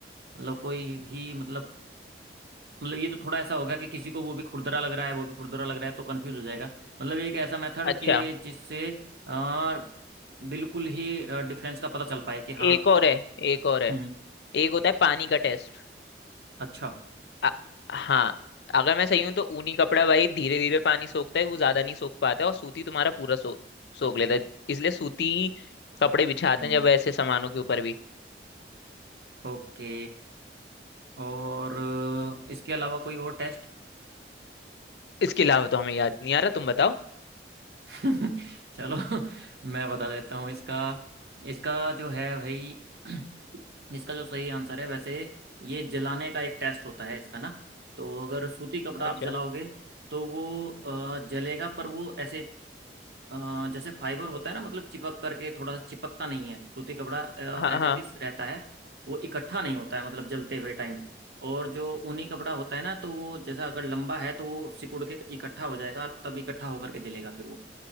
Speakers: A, on the right (about 65°); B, on the left (about 70°).
A: मतलब कोई भी मतलब मतलब ये तो थोड़ा ऐसा होगा कि किसी को वो भी खुरदरा लग रहा है वो भी खुरदरा लग रहा है तो कंफ्यूज हो जाएगा मतलब एक ऐसा मेथड
B: अच्छा
A: के जिससे आ, बिल्कुल ही डिफरेंस का पता चल पाए कि हाँ
B: एक और है एक और है
A: हम्म
B: एक होता है पानी का टेस्ट
A: अच्छा
B: अ- हाँ अगर मैं सही हूं तो ऊनी कपड़ा भाई धीरे धीरे पानी सोखता है वो ज्यादा नहीं सोख पाता है और सूती तुम्हारा पूरा सो सोख लेता है इसलिए सूती कपड़े बिछाते
A: हम्म
B: हैं जब ऐसे सामानों के ऊपर भी
A: ओके और अ, इसके अलावा कोई और टेस्ट
B: इसके अलावा तो हमें याद नहीं आ रहा तुम बताओ
A: <laughs> चलो मैं बता देता हूँ इसका इसका जो है भाई <clears throat> इसका जो सही आंसर है वैसे ये जलाने का एक टेस्ट होता है इसका ना तो अगर सूती कपड़ा
B: अच्छा
A: आप जलाओगे तो वो अ, जलेगा पर वो ऐसे अ, जैसे फाइबर होता है ना मतलब चिपक करके थोड़ा सा चिपकता नहीं है सूती कपड़ा
B: हाँ
A: एज
B: हाँ
A: इट इज रहता है वो इकट्ठा नहीं होता है मतलब जलते हुए टाइम और जो ऊनी कपड़ा होता है ना तो वो जैसा अगर लंबा है तो वो सिकुड़ के इकट्ठा हो जाएगा और तब इकट्ठा होकर के जलेगा फिर वो